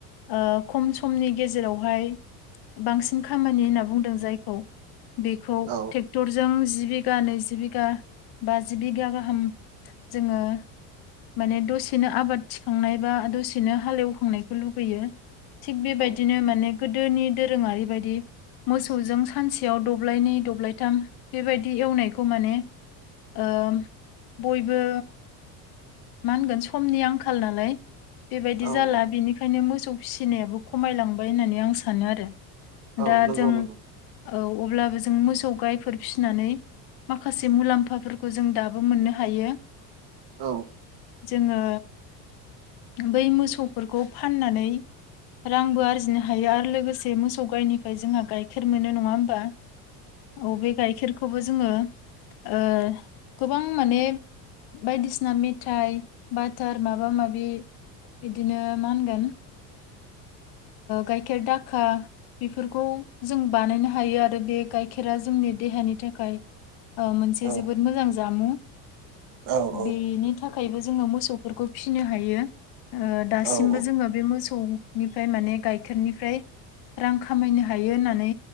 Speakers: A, on the left; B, on the right.
A: ओ खम समनि गेजेरावहाय बांसिन खामानि होनना बुंदों जायखौ बेखौ
B: औ
A: ट्रेक्टरजों जिबि बिघा, नैजि बिघा, बाजि बिघा गाहाम जोङो माने दसेनो आबाद थिखांनाय बा दसेनो हालेवखांनायखौ लुबैयो। थिग बेबायदिनो
B: औ
A: माने गोदोनि दोरोङारि बायदि मोसौजों सानसेयाव दब्लायनै दब्लायथाम बेबायदि एवनायखौ माने ओ बयबो मा होनगोन समनि आंखाल नालाय बेबायदि
B: औ
A: जाला
B: औ
A: बिनिखायनो मोसौ फिसिनायाबो खमायलांबाय होननानै आं सानो आरो
B: औ
A: दा
B: नंगौ
A: जों
B: नंगौ
A: औ अब्लाबो जों मोसौ गाइफोर फिनानै माखासे मुलाम्फाफोरखौ जों दाबो मोननो हायो।
B: औ
A: जोङो बै मोसौफोरखौ फाननानै रांबो आरजिनो हायो आरो लोगोसे मोसौ गायनिफ्राय जोंहा गाइखेर मोनो नङा होमबा। औ बे गायखेरखौ खौबो जोङो ओ गोबां माने बायदिसिना मेथाइ बाटार माबा माबि बिदिनो मा होनगोन गाइखेर दाखा बेफोरखौ जों बानायनो हायो आरो बे गाइखेरा जोंनि देहानि थाखाय मोनसे
B: औ
A: जोबोद मोजां जामु।
B: औ औ
A: बेनि थाखायबो जोङो मोसौफोरखौ फिनो हायो। दासिमबो
B: औ औ
A: जोङो बे मोसौनिफ्राय माने गाइखेरनिफ्राय रां खामायनो हायो होननानै